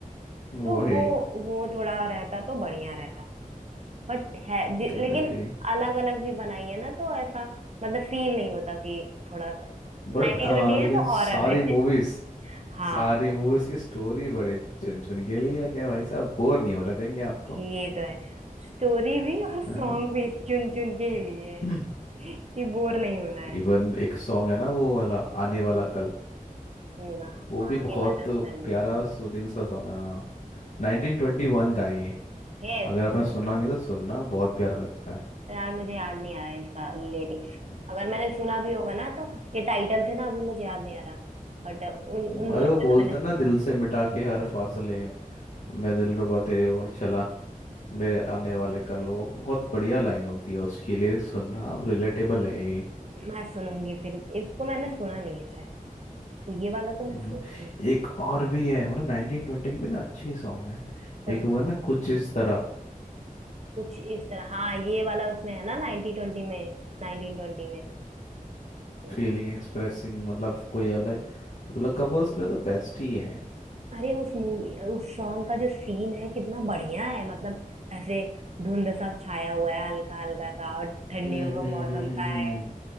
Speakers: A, on the left; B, on the right.
A: वही
B: तो वो वो थोड़ा रहता तो बढ़िया रहता बट है दि-
A: एग्जैक्टली
B: लेकिन अलग अलग भी बनाई है ना तो ऐसा मतलब फील नहीं होता कि थोड़ा नाइनटी
A: बट हाँ
B: ट्वेंटी
A: लेकिन
B: है हाँ तो
A: सारी
B: हॉरर है
A: मूवीज
B: <laughs> हाँ
A: सारी मूवीज की स्टोरी बड़े चुन चुन के लिए है क्या भाई साहब बोर नहीं होने देंगे आपको
B: ये तो है स्टोरी भी और सॉन्ग
A: है ना
B: भी चुन चुन के ही लिए है
A: <clears throat>
B: कि बोर नहीं होना है
A: इवन एक सॉन्ग है ना वो वाला आने वाला कल
B: ना,
A: वो भी
B: आने
A: बहुत
B: वाला कल
A: प्यारा सूदिंग सा सॉन्ग है हाँ। 1921 का है ये
B: यस
A: अगर आपने सुना नहीं तो सुनना बहुत प्यारा लगता है
B: यार मुझे याद नहीं आ रहा है इसका लिरिक्स
A: हम्म।
B: अगर मैंने सुना भी होगा
A: हम्म,
B: ना तो ये टाइटल थे ना अभी मुझे याद नहीं आ रहा बट उन उन
A: अरे
B: दोनों
A: वो
B: का
A: बोलता
B: तो मैंने
A: ना
B: सुना
A: दिल से मिटा के हर फासले मैं दिलरुबा तेरे और चला मेरे आने वाले कल वो बहुत बढ़िया लाइन होती है उसकी लिरिक्स सुनना आप रिलेटेबल है ये।
B: है। मैं सुनूंगी फिर इसको मैंने सुना नहीं है शायद तो ये वाला तो
A: हम्म,
B: मैं सुनूंगी
A: एक और भी है मतलब 1920 के भी ना अच्छे सॉन्ग है
B: कौन
A: एक वो
B: सा
A: है ना कुछ इस तरह
B: कुछ इस तरह हाँ ये वाला उसमें है ना नाइनटी ट्वेंटी में नाइनटीन ट्वेंटी में हम्म।
A: फीलिंग एक्सप्रेसिंग मतलब कोई अलग मतलब कपल्स के लिए तो बेस्ट ही है
B: अरे उस मूवी उस सॉन्ग का जो सीन है कितना बढ़िया है मतलब ऐसे धुंध सा छाया हुआ है हल्का हल्का सा और ठंडियों
A: हम्म
B: का
A: हम्म हम्म
B: मौसम सा
A: हम्म,
B: है
A: हम्म।